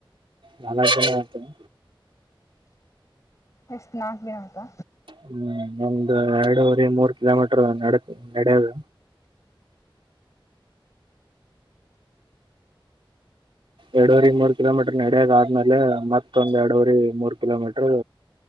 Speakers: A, on the right (about 70°); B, on the left (about 35°).
A: ನಲಜನ ಆತನೆ
B: ಎಷ್ಟು ನಾಲ್ಕ್ ದ ಆಯ್ತಾ
A: ಹ್ಮ್ ಒಂದು ಎರಡೂವರಿ ಮೂರ್ ಕಿಲೋಮೀಟರ್ ನಡ ನಡದು ಎರಡೂರೆ ಮೂರ್ ಕಿಲೋಮೀಟರ್ ನಡಯದ ಆದ್ಮೇಲೆ ಮತ್ತೊಂದ ಎರಡವರಿ ಮೂರ್ ಕಿಲೋಮೀಟರು